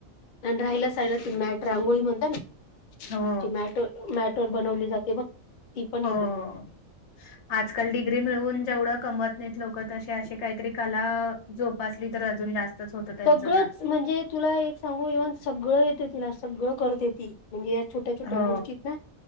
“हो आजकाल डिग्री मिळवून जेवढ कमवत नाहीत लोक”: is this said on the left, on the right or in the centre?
Left